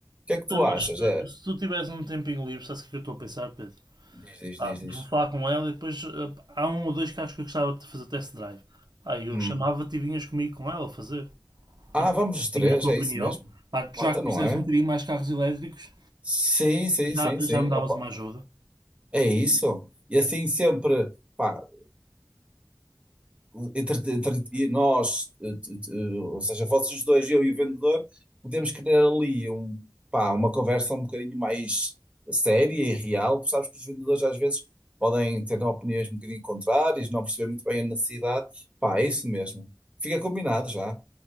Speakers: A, on the right (about 15°); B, on the right (about 70°).
A: que é que tu
B: Ah, Mas
A: achas?
B: eh,
A: É,
B: se tu tivesse um tempinho livre, sabes o que é que eu estou a pensar, Pedro?
A: diz, diz,
B: Pá,
A: diz, diz.
B: vou falar com ela e depois eh, há um ou dois carros que eu gostava de fazer test drive. Ah, eu
A: Hum.
B: chamava-te e vinhas comigo com ela fazer.
A: Ah,
B: Também
A: vamos os três,
B: tinha a tua
A: é
B: opinião.
A: isso mesmo.
B: Pá, já
A: Mota,
B: que
A: não
B: percebes
A: é?
B: um bocadinho mais carros elétricos,
A: Sim, sim,
B: já,
A: sim, sim.
B: já me davas
A: Opa,
B: uma ajuda.
A: é isso. E assim sempre. pá, entre, entre nós, eh, t- eh, ou seja, vocês dois, eu e o vendedor, podemos criar ali um, pá, uma conversa um bocadinho mais séria e real. Tu sabes que os vendedores às vezes podem ter opiniões um bocadinho contrárias, não perceber muito bem a necessidade. Pá, é isso mesmo. Fica combinado já.